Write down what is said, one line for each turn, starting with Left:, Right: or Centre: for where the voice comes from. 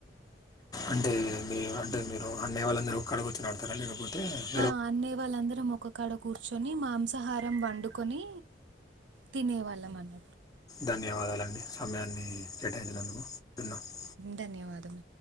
Left: అంటే మీ అంటే మీరు అన్నయ వాళ్ళందరు ఒక్కడ కూర్చొని ఆడతారా లేద <inaudible>
Right: ఆ అన్నీ వాళ్ళందరం ఒక అక్కడ కూర్చొని మాంసాహారం వండుకొని తినేవాళ్ళం అన్న
Left: ధన్యవాదాలండి సమయాన్ని కేటాయించినందుకు చున్నా <inaudible>
Right: ధన్యవాదము